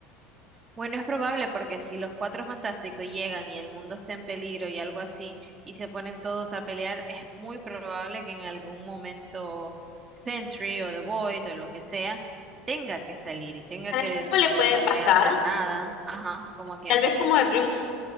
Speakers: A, on the right; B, on the left.
A: Bueno, es probable porque si los cuatro fantásticos llegan y el mundo está en peligro y algo así, y se ponen todos a pelear, es muy probable que en algún momento Sentry o The Void o lo que sea tenga que salir y tenga
B: ¿Sabes
A: que decidir
B: cómo le puede
A: no
B: pasar?
A: voy a hacer nada. Ajá, como que
B: Tal vez como a Bruce